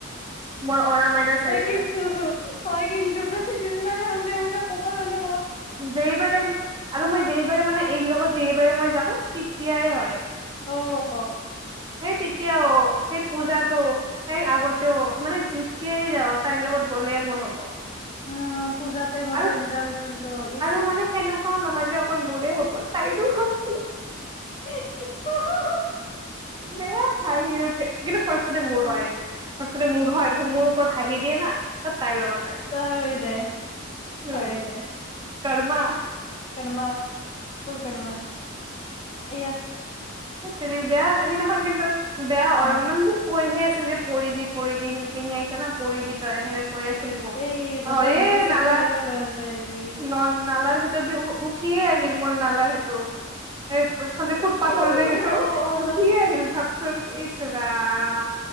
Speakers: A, on the right; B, on the left.
A: মোৰ অৰা মাইনাচ হৈ যায়
B: কিন্তু হয়ঐ কিন্তু ত জ মান হল ক'ব গ'লে
A: যেবাৰে আৰু মই যেবাৰে মানে
B: অ
A: এইৰ লগত যেবাৰে মই যাওঁ তেতিয়াই হয়
B: অ
A: সেই তেতিয়া অ সেই পূজাতো ইয়াৰ আগতেও মানে যেতিয়াই যাও তাইৰ লগত গ'লে মোৰ হব
B: উম পূজা টাইমতো
A: আৰু
B: এনেকা হৈছিল তো ইছ্
A: আৰু মানে সেনেকুৱাও নহয় অকল মোৰে হব তাইৰো হৈছিল
B: ই হি হা হা
A: বেয়া হাঁহি উঠে কিন্তু ফাৰ্ষ্টতে
B: ইচ ৰাম
A: মোৰ হয় ফাৰ্ষ্টতে মোৰ হয় তাৰপিছত মোৰ ওপৰত হাঁহি দিয়ে না তাইৰ লগত হয়
B: তাৰ হৈ যায়
A: উম
B: শাইৰাতে
A: কৰ্মা
B: কৰ্মা ফুল কৰ্মা আয়াহ
A: সেইত তেৰি বেয়া সেইদিনাখন কিন্তু বেয়া
B: অ
A: অলপমান কৈহে আছিল যে পৰিবি পৰিবি সেইপিনে আহিছা না পৰিবি তই এনেকে কৈ আছিল মোক
B: এই জোতাৰ
A: অ এই
B: ভিতৰত চেন্দেল
A: নালা
B: এটা লৈ আনিব দিবি
A: ন নালাৰ ভিতৰেদি উঠিয়ে আহিল মোৰ নালাৰ টোত সেই ভৰিখন যে ফুটপাথ
B: কি যে
A: যিহেতু
B: হ'ব
A: উঠিয়ে আহিল ভাবচোন ইচ ৰাম